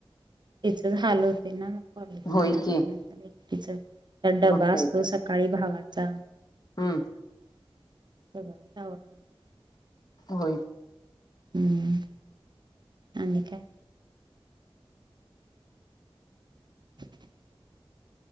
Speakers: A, on the right; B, on the left.
A: त्याच हाल होते ना, म. कॉलेज
B: होय
A: चालू झाल्यानंतर
B: की
A: एक टीचरचा, डबा
B: मग काय
A: असतो
B: तर
A: सकाळी भावाचा.
B: हम्म.
A: <inaudible>
B: होय.
A: हम्म आणि काय. <inaudible>